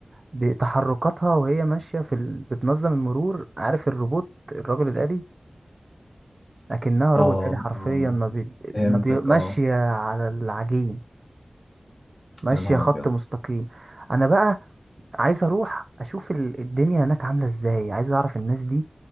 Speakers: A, on the right (about 55°); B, on the left (about 45°).
A: بتحركاتها وهي ماشيه في ال... بتنظم المرور عارف الروبوت الرجل الآلي لكنها رجل
B: اه
A: آلي حرفيا
B: اه
A: ما بي...
B: فهمتك
A: ما بي... ماشيه
B: اه
A: على العجين ماشية
B: يا نهار
A: خط
B: ابيض
A: مستقيم انا بقى عايز اروح اشوف ال- الدنيا هناك عاملة ازاي عايز اعرف الناس دي